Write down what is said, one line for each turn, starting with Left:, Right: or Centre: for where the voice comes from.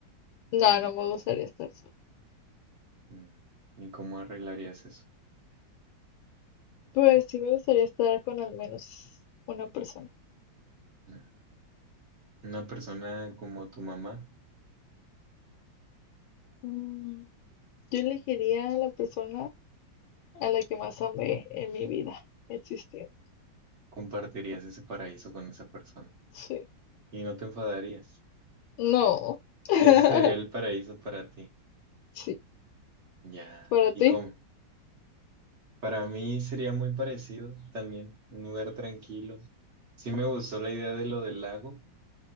Left: No, no me gustaría estar
Right: Mm. ¿Y cómo arreglarías eso?
Left: Pues sí me gustaría estar con al menos una persona.
Right: Mm. Una persona como tu mamá,
Left: Mm, Yo elegiría a la persona a la que más amé en mi vida existiendo.
Right: compartirías ese paraíso con esa persona
Left: Sí.
Right: y no te enfadarías.
Left: No. <laughs>
Right: Ese sería el paraíso para ti.
Left: Sí.
Right: Ya.
Left: Para ti.
Right: ¿Y cómo? Para mí sería muy parecido también, un lugar tranquilo. Sí me gustó la idea de lo del lago